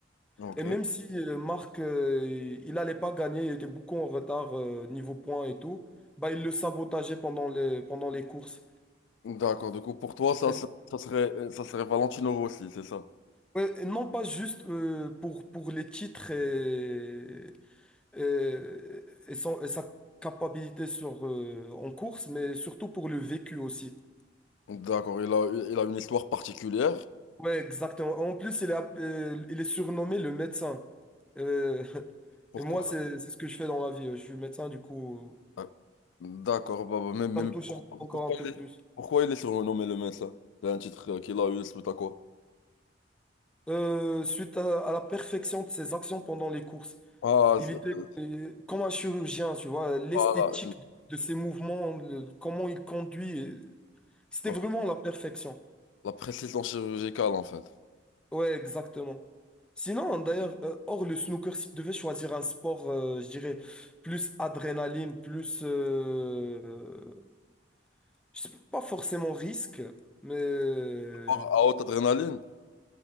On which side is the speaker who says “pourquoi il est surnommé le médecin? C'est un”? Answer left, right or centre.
Left